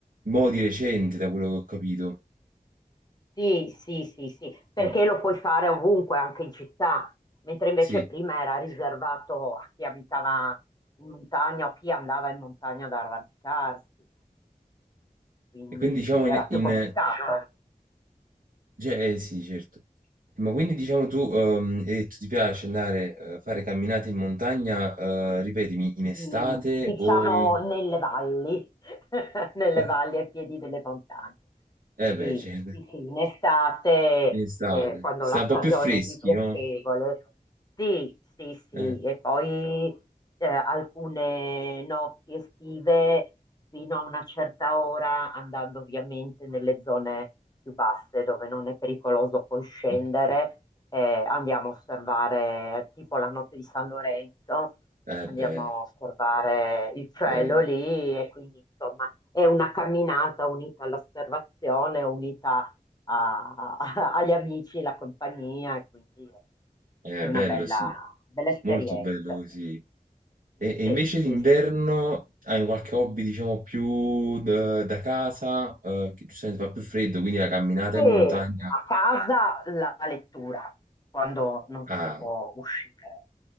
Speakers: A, on the right (about 75°); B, on the left (about 30°).
A: mo' di recente, da quello che ho capito.
B: Sì, sì, sì, sì, perché
A: Mm,
B: lo puoi fare ovunque, anche in città, mentre invece
A: Sì.
B: prima era riservato a chi abitava in montagna o chi andava in montagna ad arrampicarsi, quindi
A: E quindi diciamo
B: era
A: in,
B: più
A: in-
B: complicato.
A: cioè, eh, sì, certo. Ma quindi diciamo tu ehm, hai detto ti piace andare a fare camminate in montagna, eh, ripetimi, in estate
B: mh, diciamo
A: o in...
B: nelle valli, <laughs> nelle
A: ok.
B: valli ai piedi delle montagne.
A: Eh
B: Sì,
A: beh, certo,
B: sì, sì, in estate,
A: in estate.
B: eh, quando
A: Sta
B: la
A: un
B: stagione
A: po' più freschi,
B: è più piacevole.
A: no?
B: Sì, sì, sì,
A: Eh,
B: e poi eh, alcune notti estive fino a una certa ora, andando ovviamente nelle zone più basse dove non è pericoloso poi scendere,
A: ok.
B: eh, andiamo a osservare eh, tipo la notte di San Lorenzo
A: Eh
B: andiamo
A: beh,
B: a osservare il cielo
A: bello.
B: lì e quindi insomma è una camminata unita all'osservazione, unita a- <laughs> a- agli amici, la compagnia e quindi è
A: Eh,
B: è una
A: bello,
B: bella,
A: sì.
B: bella esperienza.
A: Molto bello così. E, e
B: Sì,
A: invece d'inverno
B: sì, sì.
A: hai qualche hobby, diciamo, più da, da casa, eh, che giustamente fa più freddo, quindi la camminata in
B: E
A: montagna.
B: a casa la lettura, quando non
A: Ah,
B: si può uscire.